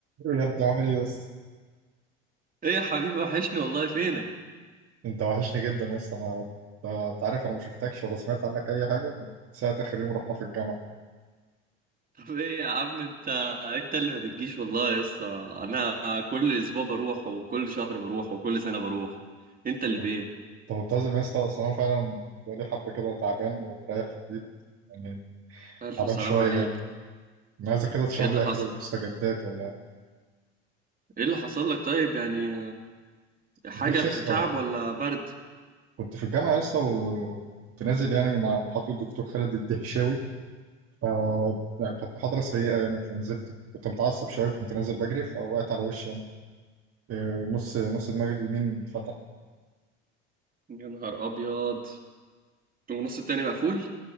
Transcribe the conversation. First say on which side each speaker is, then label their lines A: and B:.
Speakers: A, on the right; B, on the right.
A: يا ابني عامل ايه يس
B: ايه يا حبيبي وحشني والله فينك
A: انت وحشني جدا يس انا انت أنت عارف انا ما شفتكش ولا سمعت عنك اي حاجه من ساعه اخر يوم رحنا في الجامعه
B: طب ايه يا عم انت انت اللي ما بتجيش والله يا اسطى انا كل اسبوع بروح وكل شهر بروح وكل سنه بروح انت اللي
A: انت انت
B: فين
A: منتظم يس اصل انا فعلا بقالي حبه كده تعبان ومريح في البيت يعني
B: الف
A: تعبان
B: سلام
A: شويه
B: عليك
A: يعني انا عايزك كده تشرح
B: ايه اللي
A: لي
B: حصل
A: اخر المستجدات ولا
B: ايه اللي حصل لك طيب يعني حاجه
A: مفيش
B: تعب
A: يس
B: ولا برد
A: كنت في الجامعه يس وكنت نازل يعني من على محاضره الدكتور خالد الدهشاوي ف يعني كانت محاضره سيئه يعني فنزلت كنت متعصب شويه كنت نازل بجري فوقعت على وشي يعني إيه، نص نص دماغي اليمين اتفتح
B: يا نهار ابيض ونص التاني مقفول